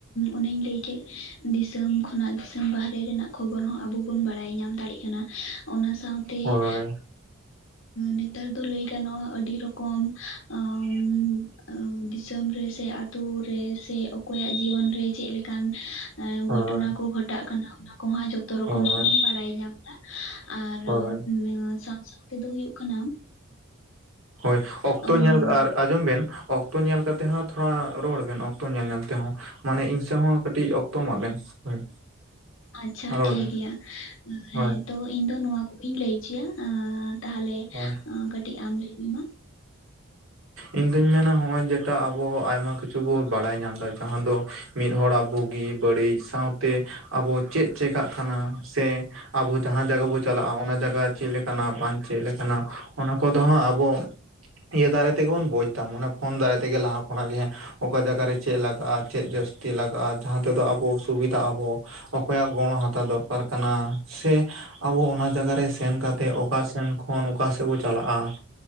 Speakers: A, on the left (about 70°); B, on the right (about 85°).
A: ᱚᱱᱮᱧ ᱞᱟᱹᱭ ᱠᱮᱫ ᱫᱤᱥᱚᱢ ᱠᱷᱚ ᱠᱷᱚᱱᱟᱜ ᱫᱤᱥᱚᱢ ᱵᱟᱨᱦᱮ ᱨᱮᱱᱟᱜ ᱠᱷᱚᱵᱚᱨ ᱦᱚᱸ ᱟᱵᱚ ᱵᱚᱱ ᱵᱟᱲᱟᱭ ᱧᱟᱢ ᱫᱟᱲᱮᱜ ᱠᱟᱱᱟ ᱚᱱᱟ ᱥᱟ ᱥᱟᱶᱛᱮ
B: ᱦᱳᱭ
A: ᱱᱮᱛᱟᱨ ᱫᱚ ᱞᱟᱹᱭ ᱜᱟᱱᱚᱜ-ᱟ᱾ ᱟᱹᱰᱤ ᱨᱚᱠᱚᱢ
B: <unintelligible>
A: ᱟᱸ ᱫᱤᱥᱚᱢ ᱨᱮ ᱥᱮ ᱟᱹᱛᱩ ᱨᱮ ᱥᱮ ᱚᱠᱚᱭᱟᱜ ᱡᱤᱭᱚᱱ ᱨᱮ ᱪᱮᱫ ᱞᱮᱠᱟᱱ ᱮ
B: ᱦᱳᱭ
A: ᱜᱷᱚᱴᱚᱱᱟ ᱠᱚ ᱜᱷᱚᱴᱟᱜ ᱠᱟᱱᱟ ᱚᱱᱟ ᱠᱚᱦᱚᱸ ᱡᱷᱚᱛᱚ ᱨᱚᱠᱚᱢᱟᱜ
B: ᱦᱳᱭ
A: ᱵᱚᱱ ᱵᱟᱲᱟᱭ ᱧᱟᱢᱟ᱾ ᱟᱨ
B: ᱦᱳᱭ
A: ᱥᱟᱶ ᱥᱟᱶ ᱛᱮᱫᱚ ᱦᱩᱭᱩᱜ ᱠᱟᱱᱟ
B: ᱦᱳᱭ ᱚᱠᱛᱚ
A: ᱟᱸ
B: ᱧᱮᱞ ᱟᱨ ᱟᱸᱡᱚᱢ ᱵᱮᱱ ᱚᱠᱛᱚ ᱧᱮᱞ ᱠᱟᱛᱮ ᱦᱚᱸ ᱛᱷᱚᱲᱟ ᱨᱚᱲ ᱵᱮᱱ᱾ ᱚᱠᱛᱚ ᱧᱮᱞ ᱧᱮᱞ ᱛᱮᱦᱚᱸ ᱢᱟᱱᱮ ᱤᱧ ᱥᱮᱫ ᱦᱚᱸ ᱠᱟᱹᱴᱤᱡ ᱚᱠᱛᱚ ᱮᱢᱟᱜ ᱵᱮᱱ᱾ ᱦᱳᱭ
A: ᱟᱪᱪᱷᱟ
B: ᱨᱚᱲ
A: ᱴᱷᱤᱠ
B: ᱵᱮᱱ
A: ᱜᱮᱭᱟ᱾
B: ᱦᱳᱭ
A: ᱦᱮᱸ ᱛᱚ ᱤᱧ ᱫᱚ ᱱᱚᱣᱟ ᱠᱚᱜᱮᱧ ᱞᱟᱹᱭ ᱚᱪᱚᱭᱟ᱾ ᱛᱟᱦᱚᱞᱮ
B: ᱦᱳᱭ
A: ᱠᱟᱹᱴᱤᱡ ᱟᱢ ᱞᱟᱹᱭ ᱢᱮ ᱢᱟ?
B: ᱤᱧ ᱫᱩᱧ ᱢᱮᱱᱟ ᱱᱚᱜᱼᱚᱭ ᱡᱮᱴᱟ ᱟᱵᱚ ᱟᱭᱢᱟ ᱠᱤᱪᱷᱩ ᱵᱚᱱ ᱵᱟᱲᱟᱭ ᱧᱟᱢ ᱮᱫᱟ᱾ ᱡᱟᱦᱟᱸ ᱫᱚ ᱢᱤᱫ ᱦᱚᱲᱟᱜ ᱵᱩᱜᱩ- ᱵᱟᱹᱲᱤᱡ ᱥᱟᱶᱛᱮ ᱟᱵᱚ ᱪᱮᱫ ᱪᱮᱠᱟᱜ ᱠᱟᱱᱟ ᱥᱮ ᱟᱵᱚ ᱡᱟᱦᱟᱸ ᱡᱟᱭᱜᱟ ᱵᱚᱱ ᱪᱟᱞᱟᱜᱼᱟ᱾ ᱚᱱᱟ ᱡᱟᱭᱜᱟ ᱪᱮᱫ ᱞᱮᱠᱟᱱᱟ ᱵᱟᱝ ᱪᱮᱫ ᱞᱮᱠᱟᱱᱟ, ᱚᱱᱟ ᱠᱚᱫᱚ ᱦᱟᱸᱜ ᱟᱵᱚ ᱤᱭᱟᱹ ᱫᱟᱨᱟᱭ ᱛᱮᱜᱮ ᱵᱚᱱ ᱵᱩᱡᱽ ᱮᱫᱟ᱾ ᱢᱟᱱᱮ ᱯᱷᱳᱱ ᱫᱟᱨᱟᱭ ᱛᱮᱜᱮ ᱞᱟᱦᱟ ᱠᱷᱚᱱᱟᱜ ᱜᱮ ᱚᱠᱟ ᱡᱟᱭᱜᱟᱨᱮ ᱪᱮᱫ ᱞᱟᱜᱟᱜᱼᱟ? ᱪᱮᱫ ᱡᱟᱹᱥᱛᱤ ᱞᱟᱜᱟᱜᱼᱟ? ᱡᱟᱦᱟᱸ ᱛᱮᱫᱚ ᱟᱵᱚ ᱥᱩᱵᱤᱫᱷᱟᱜ ᱟᱵᱚ᱾ ᱚᱠᱚᱭᱟᱜ ᱜᱚᱲᱚ ᱦᱟᱛᱟᱣ ᱫᱚᱨᱠᱟᱨ ᱠᱟᱱᱟ ᱥᱮ ᱟᱵᱚ ᱚᱱᱟ ᱡᱟᱭᱟᱨ ᱨᱮ ᱥᱮᱱ ᱠᱟᱛᱮᱫ ᱚᱠᱟ ᱥᱮᱱ ᱠᱷᱚᱱ ᱚᱠᱟᱥᱮᱫ ᱠᱚ ᱪᱟᱞᱟᱜᱼᱟ᱾